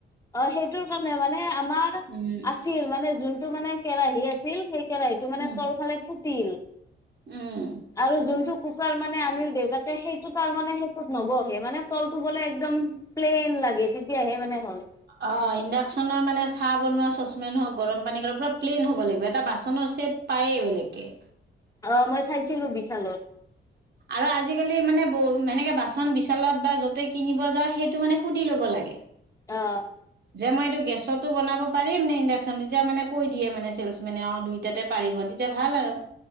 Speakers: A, on the left; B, on the right.
A: অ সেইটোৰ কাৰণে মানে আমাৰ
B: উম
A: আছিল মানে যোনটো মানে কেৰাহী আছিল সেই কেৰাহিটো মানে
B: উম
A: তলফালে ফুট তিল
B: উম
A: আৰু যোনটো কুকাৰ মানে আনিল দেউতাকে সেইটো তাৰ মানে সেইটোত নবহে মানে তলটো বোলে একদম প্লেইন লাগে তেতিয়াহে মানে হল
B: অ ইণ্ডাকচনৰ মানে চাহ বনোৱা চচপেন হওঁক গৰম পানী কৰা পুৰা প্লেইন হ'ব লাগিব এটা বাচনৰ চছেট পায়েই বেলেগকে
A: অ মই চাইছিলো বিশালত
B: আৰু আজিকালি মানে ব সেনেকে বাচন বিচালত বা য'তে কিনিব যাওঁ সেইটো মানে সুধি ল'ব লাগে
A: অ
B: যে মই এইটো গেছতো বনাব পাৰিম নে ইণ্ডাকচন তেতিয়া মানে কৈ দিয়ে মানে ছেলচচ মেনে অ দুইটাতে পাৰিব তেতিয়া ভাল আৰু